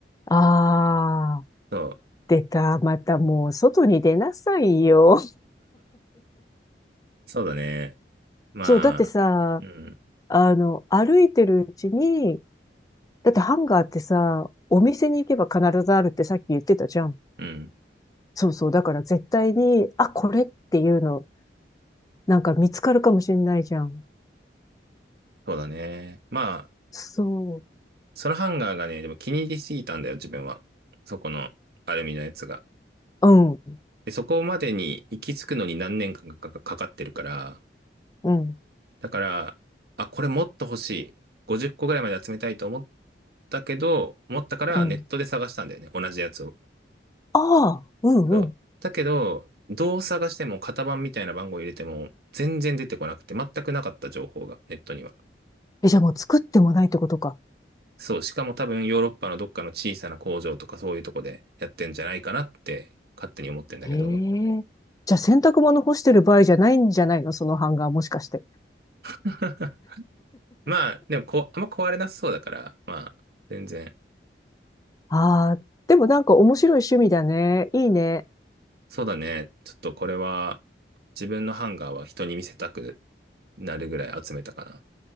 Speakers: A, on the left; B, on the right.
A: あー、
B: そう、
A: 出た。またもう外に出なさいよ。
B: そうだね。まあ、
A: そう、だってさ、
B: うん、
A: あの、歩いてるうちに、だってハンガーってさ、お店に行けば必ずあるってさっき言ってたじゃん。
B: うん、
A: そうそう。だから絶対に、あ、これっていうの、なんか見つかるかもしれないじゃん。
B: そうだね。ま
A: そう。
B: そのハンガーがね、でも気に入りすぎたんだよ、自分は。そこのアルミのやつが。
A: うん、
B: で、そこまでに行き着くのに何年間かかかかってるから、
A: うん、
B: だから、あ、これもっと欲しい。50個ぐらいまで集めたいと思ったけど、思ったからネットで探したんだよね、
A: うん。
B: 同じやつを。
A: ああ、うん、
B: そう。
A: うん。
B: だけど、どう探しても型番みたいな番号入れても全然出てこなくて、全くなかった情報がネットには。
A: え、じゃあもう作ってもないってことか。
B: そう、しかも多分ヨーロッパのどっかの小さな工場とかそういうとこでやってんじゃないかなって勝手に思ってんだけど。
A: へえ。じゃあ洗濯物干してる場合じゃないんじゃないのそのハンガーもしかして。
B: <laughs> まあ、でもこう、あんま壊れなさそうだから、まあ、全然。
A: ああ、でもなんか面白い趣味だね。いいね。
B: そうだね。ちょっとこれは、自分のハンガーは人に見せたくなるぐらい集めたかな。